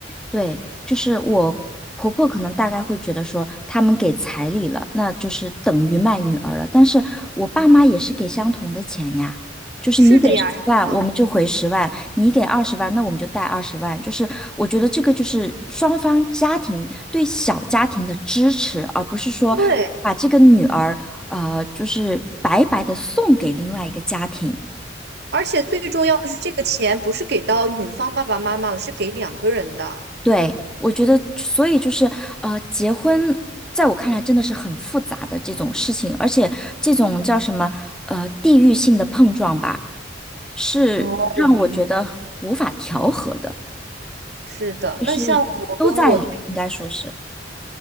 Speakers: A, in the centre; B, on the right.
A: 对，就是我婆婆可能大概会觉得说，他们给彩礼了，那就是等于卖女儿了。但是我爸妈也是给相同的钱呀，就是你给十万，
B: 是的呀，是这样的。
A: 我们就回十万；你给二十万，那我们就带二十万。就是我觉得这个就是双方家庭对小家庭的支持，而不是说把这个女儿呃，
B: 对，
A: 就是白白的送给另外一个家庭。
B: 而且最重要的是，这个钱不是给到女方爸爸妈妈了是给两个人的。
A: 对，我觉得，所以就是，呃，结婚在我看来真的是很复杂的这种事情，而且这种叫什么，呃，地域性的碰撞吧，是让我觉得无法调和的，
B: 哦，我明白。是的，
A: 就是都在里，
B: 那像我跟我对，
A: 应该说是，